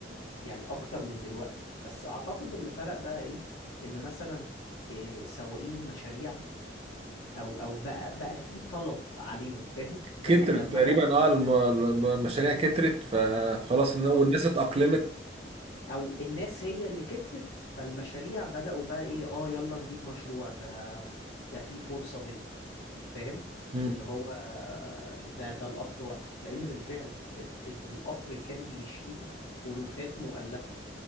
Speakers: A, on the left; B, on the right.
A: يعني اكتر من دلوقتي بس اعتقد اللي فرق بقى ايه ان مثلا إيه سواقين المشاريع او او بقى بقى في طلب عليهم فاهم لان
B: كترت
A: لما
B: تقريبا
A: انا
B: اه الم- الم- المشاريع كترت ف- فخلاص
A: بالظبط
B: إن- والناس اتأقلمت
A: او الناس هي اللي كترت فالمشاريع بدأوا بقى ايه اه يلا نجيب مشروع ده ده في فرصة هنا فاهم
B: مم.
A: اللي هو ده ده القطر وقف لأن بالفعل ال- القطر كان بيشيل ألوفات مؤلفة